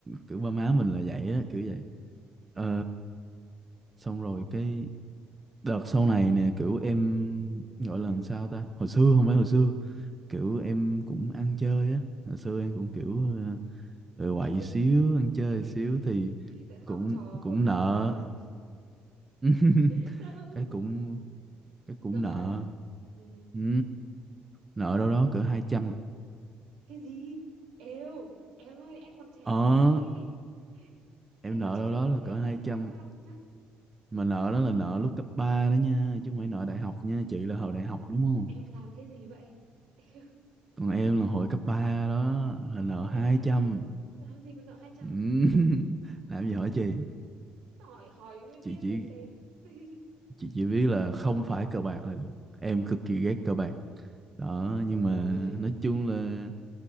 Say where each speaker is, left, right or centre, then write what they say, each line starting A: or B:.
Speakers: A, on the right; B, on the right.
A: kiểu ba má mình là vậy á kiểu vậy ờ, xong rồi cái đợt sau này nè kiểu em gọi là làm sao ta hồi xưa không phải hồi xưa
B: Ừ.
A: kiểu em cũng ăn chơi á hồi xưa em cũng kiểu ờ, Rồi quậy
B: Ê,
A: xíu ăn chơi
B: ê,
A: xíu
B: ê. <laughs>
A: thì cũng
B: học trò
A: cũng
B: của anh
A: nợ
B: khá bảnh
A: <laughs>
B: <laughs> ừ.
A: cái cũng cái cũng
B: nợ
A: nợ
B: á ừ.
A: ừ, nợ đâu đó cỡ hai trăm
B: cái gì êu em ơi em còn trẻ
A: ờ
B: hơn chị ấy
A: em
B: em còn
A: nợ
B: trẻ
A: đâu
B: hơn
A: đó
B: chị
A: là
B: mà em
A: cỡ hai
B: nợ hai
A: trăm
B: trăm
A: mà nợ đó là nợ lúc cấp 3 đó nha chứ không phải nợ đại học nha chị là hồi đại học đúng
B: <laughs>
A: không
B: em làm cái gì vậy <laughs>
A: còn em là hồi cấp 3 đó là nợ
B: nhưng mà
A: 200
B: em làm cái gì làm gì mà nợ hai trăm
A: ừ. <laughs> làm gì hỏi chị
B: hỏi hỏi mới biết
A: chị chỉ
B: rồi xem <laughs>
A: chị chỉ biết là không phải cờ bạc là được em cực kỳ
B: Ừ,
A: ghét cờ bạc đó
B: rồi
A: nhưng mà nói chung là